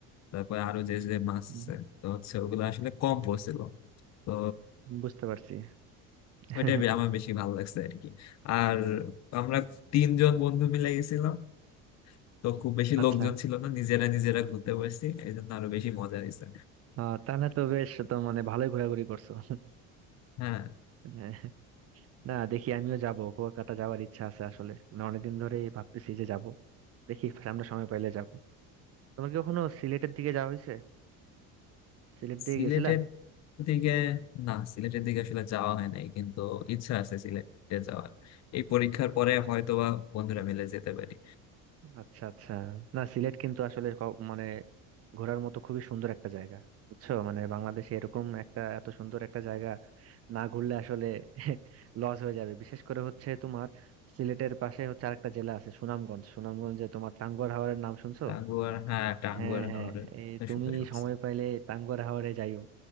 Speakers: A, on the left; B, on the right.
A: তারপরে আরো যে যে মাছ
B: হুম,
A: আছে তো হচ্ছে ওগুলো আসলে কম পড়ছিল তো
B: বুঝতে পারছি <laughs>
A: ওইটাই বে- আমার বেশি ভালো লাগছে আর কি আর আমরা তিনজন বন্ধু মিলে গেছিলাম তো খুব বেশি
B: আচ্ছা
A: লোকজন ছিল না নিজেরা নিজেরা ঘুরতে পারছি এই জন্য আরো বেশি মজা হয়েছে
B: আহ, তাহলে তো বেশ তো মানে ভালোই ঘোরাঘুরি করছো <laughs>
A: হ্যাঁ
B: হ্যাঁ, না দেখি আমিও যাব কলকাতা যাওয়ার ইচ্ছা আছে আসলে মানে অনেকদিন ধরেই ভাবতেছি যে যাব দেখি সামনে সময় পাইলে যাব তোমার কি কখনো সিলেটের দিকে যাওয়া হয়েছে সিলেট দিকে
A: সিলেটের
B: গেছিলা
A: দিকে না সিলেটের দিকে আসলে যাওয়া হয় নাই কিন্তু ইচ্ছা আছে সিলেটে যাওয়ার এই পরীক্ষার পরে হয়তোবা বন্ধুরা মিলে যেতে পারি
B: আচ্ছা আচ্ছা না সিলেট কিন্তু আসলে ক- মানে ঘোরার মতো খুবই সুন্দর একটা জায়গা বুঝছো মানে বাংলাদেশে এরকম একটা এত সুন্দর একটা জায়গা না ঘুরলে আসলে <laughs> লস হয়ে যাবে বিশেষ করে হচ্ছে তোমার সিলেটের পাশে হচ্ছে আরেকটা জেলা আছে সুনামগঞ্জ সুনামগঞ্জে তোমার টাঙ্গুয়ার হাওরের নাম শুনছো
A: টাঙ্গুয়ার হ্যাঁ টাঙ্গুয়ার
B: হ্যাঁ হ্যাঁ
A: হাওরে
B: এই
A: কথা
B: তুমি
A: শুনতে শুনছি
B: সময় পাইলে টাঙ্গুয়ার হাওরে যাইও